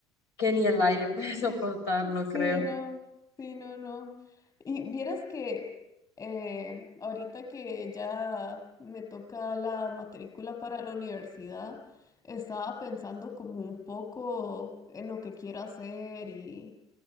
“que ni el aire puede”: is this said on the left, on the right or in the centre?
Left